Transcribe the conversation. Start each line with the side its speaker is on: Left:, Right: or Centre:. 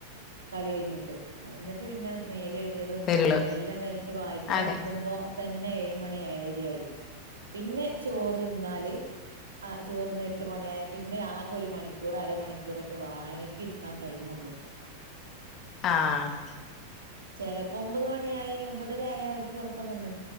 Right: കളി കഴിഞ്ഞിട്ട്, എന്നിട്ട് പിന്നെ മേലെഴു കലും
Left: വരുള്ളൂ
Right: എല്ലാം കഴിഞ്ഞിട്ട് വായിക്കാ
Left: അതെ
Right: ഇരിക്കുമ്പോ തന്നെ ഏഴ് മണി ഏഴരയായി. പിന്നെ ചോറ് ത് ന്നാല് ആഹ് ചോറ്ന്ന് എട്ട് മണ്യായ പിന്നെ ആകെ ഒര് മണിക്കൂറ് അരമണിക്കൂറൊക്കെ വായനക്കിരിക്കാൻ ടൈമുള്ളൂ
Left: ആഹ്.
Right: ചെലപ്പോ ഒമ്പത് മണിയായി ഒമ്പതര ആയാ ഓര്ക്ക് ഒറക്കം വന്ന്.